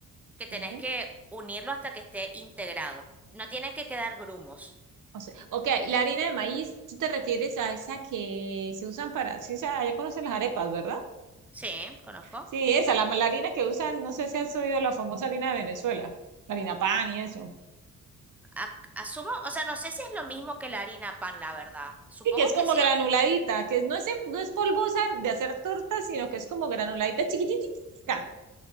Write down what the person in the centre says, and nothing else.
que tenés
que unirlo hasta que esté integrado. No tienen que quedar grumos.
Sí, conozco.
a- asumo, o sea, no sé si es lo mismo que la harina pan, la verdad. Supongo
que sí.